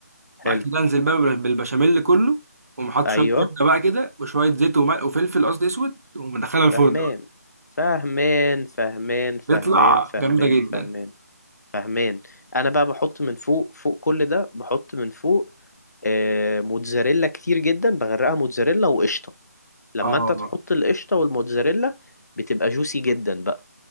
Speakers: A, on the left (about 75°); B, on the right (about 60°).
A: حلو
B: بعد كده انزل بقى بال- بالبشاميل كله ومحط
A: ايوه
B: شويه جبنه بقى كده وشويه زيت وملح وفلفل قصدي اسود ومدخلها الفرن
A: فهمان
B: بقى
A: فهمان فهمان فهمان
B: بيطلع
A: فهمان
B: جامده جدا
A: فهمان فهمان انا بقى بحط من فوق فوق كل ده بحط من فوق آه، موتزاريلا كتير جدا بغرقها موتزاريلا وقشطه لما
B: اه
A: انت تحط القشطة والموتزاريلا بتبقى جوسي جدا بقى